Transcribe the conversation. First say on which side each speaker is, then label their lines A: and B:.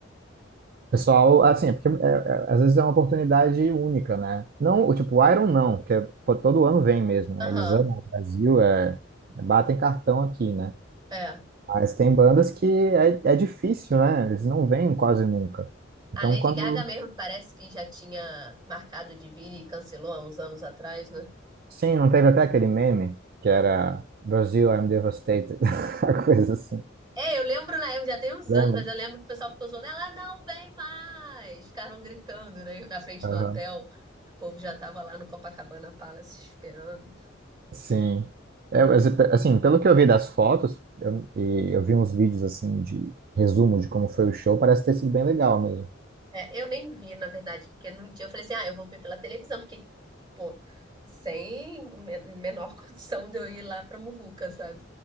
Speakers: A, on the right; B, on the right.
A: pessoal, assim, é porque é, é, às vezes é uma oportunidade única, né? Não, o tipo, o Iron não, que é, pô, todo ano vem mesmo, né?
B: Aham,
A: Eles amam o Brasil, é, é, batem cartão aqui, né?
B: é.
A: Mas tem bandas que é, é difícil, né? Eles não vêm quase nunca. Então,
B: A Lady
A: quando
B: Gaga mesmo parece que já tinha marcado de vir e cancelou há uns anos atrás, né?
A: Sim, não teve até aquele meme que era Brasil, I'm devastated, <laughs> a coisa assim.
B: É, eu lembro na época, já tem uns
A: Lembra?
B: anos, mas eu lembro que o pessoal ficou zoando, ela não vem mais! Ficaram gritando, né, na frente
A: Aham.
B: do hotel. O povo já tava lá no Copacabana Palace esperando.
A: Sim. É, mas, assim, pelo que eu vi das fotos, eu, e eu vi uns vídeos assim de resumo de como foi o show, parece ter sido bem legal mesmo.
B: É, eu nem vi, na verdade, porque no dia eu falei assim, ah, eu vou ver pela televisão, porque pô, sem me- menor <laughs> condição de eu ir lá pra Muvuca, sabe?